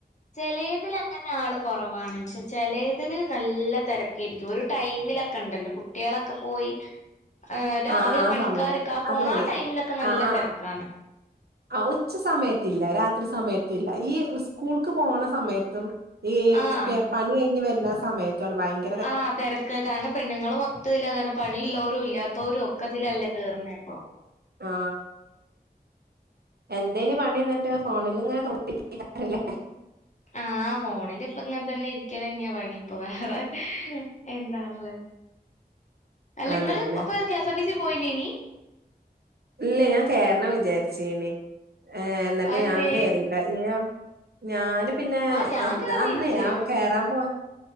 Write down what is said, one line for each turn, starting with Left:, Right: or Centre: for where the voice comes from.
Left: ചെലെത്തില് അങ്ങനെ ആള് കുറവാണ് പക്ഷെ ചെലെത്തില് നല്ല തിരക്കായിരിക്കും ഒരു ടൈമിലൊക്കെ ഉണ്ടല്ലോ കുട്ടിയോളെക്കെ പോയി
Right: <unintelligible>
Left: ആഹ് രാവിലെ
Right: ആഹ്
Left: പണിക്കാരൊക്കെ
Right: സമയത്ത്
Left: ആ പോണ
Right: അതെ
Left: ആ ടൈമിലൊക്കെ നല്ല
Right: ആഹ് ആഹ്
Left: തിരക്കാണ്
Right: ആ ഉച്ച സമയത്തില്ലേ രാത്രി സമയത്തുമില്ല ഈ സ്കൂൾക്ക് പോണ സമയത്തും ഈ
Left: ആഹ്
Right: പണി കഴിഞ്ഞ് വരുന്ന സമയത്താണ് ദയങ്ക
Left: ആ ത രക്ക് കാരണം പെണ്ണുങ്ങള്മൊത്തതില് കേർണ് കാരണം പണി ഇുള്ളവരും ഇല്ലാത്തോരും ഒക്കെ ഇതില അല്ലേ ക കേറുന്നേ ഇപ്പൊ
Right: ആ എന്തേന് പണി എന്നിട്ട് ഫോണില് ഇങ്ങനെ തോണ്ടി ഇരിക്കാനല്ലേ
Left: ആ ഫോണിൽ ഇപ്പൊ ഇങ്ങനെ തന്നെ ഇരിക്കൽ തന്നെയാ പണി ഇപ്പൊ വേറെ എന്താ ള്ളത്
Right: <unintelligible>
Left: അല്ല
Right: അതന്നെ
Left: ഇങ്ങള് K S R T C യിൽ പോയി ലായിനി
Right: ഇല്ല ഞാൻ കേറണം വിചാരിച്ചേനി ഏ എന്നിട്ട്
Left: അതെന്തേ
Right: ഞാൻ കേയറിയില്ല നീയോ ഞാന് പിന്നെ
Left: ആഹ് ഞാൻ
Right: എന്താ
Left: കേറല്ണ്ട്
Right: അന്നേ ആ കേറാൻ പോവാ